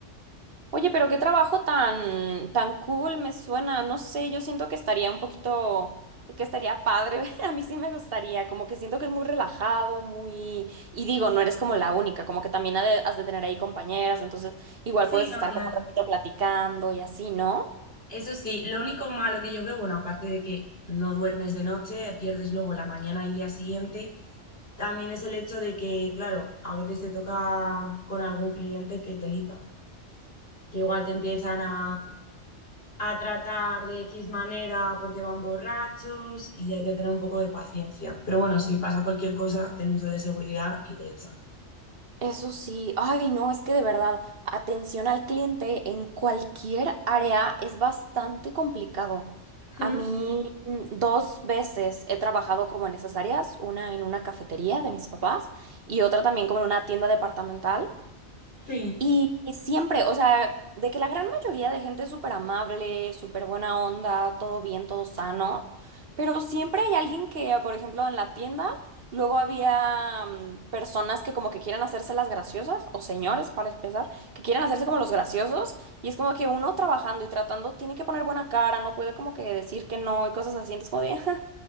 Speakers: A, on the right; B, on the left.
A: Oye, pero qué trabajo tan, tan cool me suena. No sé, yo siento que estaría un poquito, que estaría padre. <laughs> A mí sí me gustaría, como que siento que es muy relajado, muy... Y digo, no eres como la única, como que también ha de- has de tener ahí compañeras, entonces igual
B: Sí,
A: puedes
B: no,
A: estar
B: claro.
A: como un ratito platicando y así, ¿no?
B: Eso sí, lo único malo que yo veo, bueno, aparte de que no duermes de noche, pierdes luego la mañana y el día siguiente, también es el hecho de que, claro, a veces te toca con algún cliente que te lita. que igual te empiezan a, a tratar de X manera porque van borrachos y hay que tener un poco de paciencia. Pero bueno, si pasa cualquier cosa, tenemos el de seguridad y le echan.
A: Eso sí, ay no, es que de verdad, atención al cliente en cualquier área es bastante complicado. A
B: Ujú,
A: mí mm, dos veces he trabajado como en esas áreas, una en una cafetería de mis papás y otra también como en una tienda departamental.
B: Sí.
A: Y, y siempre, o sea, de que la gran mayoría de gente es súper amable, súper buena onda, todo bien, todo sano, pero siempre hay alguien que, por ejemplo, en la tienda, luego había mm, personas que como que quieren hacerse las graciosas, o señores, para empezar, que quieren hacerse como los graciosos, y es como que uno trabajando y tratando tiene que poner buena cara, no puede como que decir que no y cosas así, entonces como de,